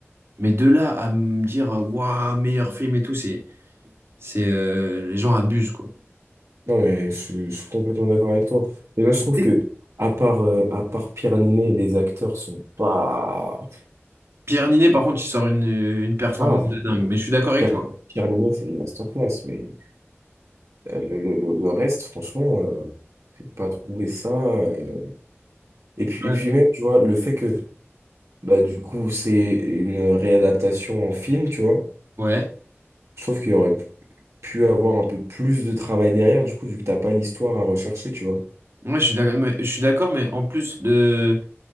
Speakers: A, on the right; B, on the right.
A: Mais de là à me dire waouh meilleur film et tout, c'est. C'est euh, les gens abusent quoi.
B: Non, mais je, je suis complètement d'accord avec toi. Déjà, je trouve
A: Et
B: que, à part, euh, à part Pierre Niney, les acteurs sont pas.
A: Pierre Ninet par contre il sort une, une performance
B: Ah,
A: de dingue,
B: non.
A: mais je suis d'accord avec
B: Pierre,
A: toi.
B: Pierre Niney, c'est une masterclass, mais euh, le, le, le- le reste, franchement, euh, j'ai pas trouvé ça. euh. Et puis,
A: Ouais.
B: et puis, même, tu vois, le fait que, bah, du coup, c'est une réadaptation en film, tu vois,
A: Ouais.
B: je trouve qu'il y aurait pu avoir un peu plus de travail derrière, du coup, vu que t'as pas l'histoire à rechercher, tu vois.
A: Ouais, je suis d'accord, mais, je suis d'accord, mais en plus de,